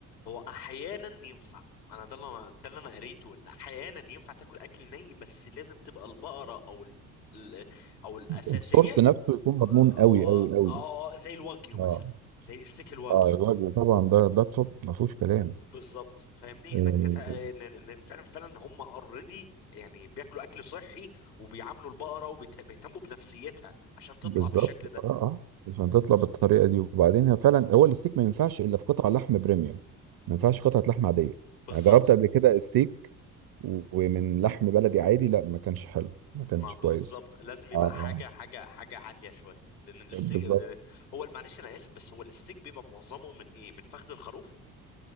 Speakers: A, on the left (about 75°); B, on the right (about 45°).
A: هو احيانا ينفع انا ده اللي انا ده اللي انا قريته ان احيانا ينفع تاكل اكل ني بس لازم تبقى البقره او ال... ال- او الاساسيه
B: السورس نفسه يكون
A: آه،
B: مضمون قوي قوي قوي
A: آه، آه، زي الواجيو مثلا
B: اه
A: زي ستيك الواجيو
B: اه الوجبه طبعا ده ده التوب ما فيهوش كلام
A: بالظبط فاهمني
B: آه،
A: انك تت... ان ان فعلا فعلا هم اوريدي يعني بياكلوا اكل صحي وبيعاملوا البقره وبيهتموا بنفسيتها عشان تطلع
B: بالظبط
A: بالشكل ده
B: اه اه عشان تطلع بالطريقه دي وبعدين هي فعلا هو الستيك ما ينفعش الا في قطع لحم بريميوم ما ينفعش قطعه لحم عاديه
A: بالظبط
B: يعني جربت قبل كده ستيك ومن لحم بلدي عادي لا ما كانش حلو ما كانش
A: ما بالظبط
B: كويس
A: لازم يبقى
B: اه
A: حاجه
B: اه
A: حاجه حاجه عاليه شويه لان الستيك
B: بالظبط
A: لأن هو معلش انا اسف بس هو الستيك بيبقى معظمه من ايه من فخذ الخروف